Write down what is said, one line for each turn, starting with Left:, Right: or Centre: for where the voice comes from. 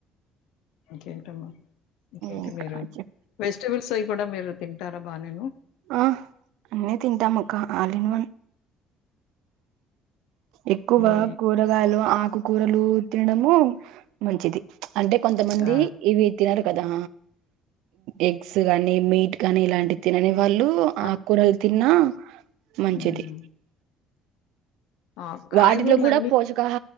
Left: ఇంకేంటమ్మా ఇంకేంటి
Right: ఇంకా
Left: మీరు
Right: చెప్
Left: వెజిటబుల్స్ అవి కూడా మీరు తింటారా బా నేను
Right: ఆ అన్ని తింటాం అక్క ఆల్ ఇన్ వన్ ఎక్కువగ
Left: మీ
Right: కూరగాయలు ఆకుకూరలు తినడము మంచిది అంటే కొంతమంది
Left: ఆ!
Right: ఇవి తినరు కదా ఎగ్స్ గానీ మీట్ కానీ ఇలాంటి తిననే వాళ్ళు
Left: ఆ!
Right: ఆకుకూరలు తిన్నా మంచిది
Left: హ్మ్. ఆ కాయగూరలన్నీ
Right: వాటిలో కూడా పోషకహ